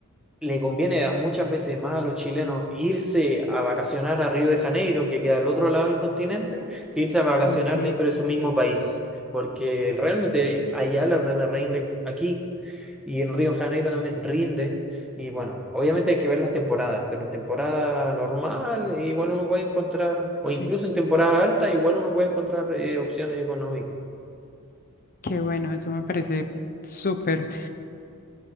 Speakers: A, in the centre; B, on the left (about 40°).
A: le conviene a- muchas veces más a los chilenos irse a vacacionar a Río de Janeiro, que queda al otro lado del continente, que irse a vacacionar
B: ok,
A: dentro de su mismo país, porque realmente allá la plata rinde aquí y en Río de Janeiro también rinde. Y bueno, obviamente hay que ver las temporadas, pero en temporada normal eh, igual uno puede encontrar, o
B: sí.
A: incluso en temporada alta, igual uno puede encontrar eh, opciones económicas.
B: Qué bueno, eso me parece súper,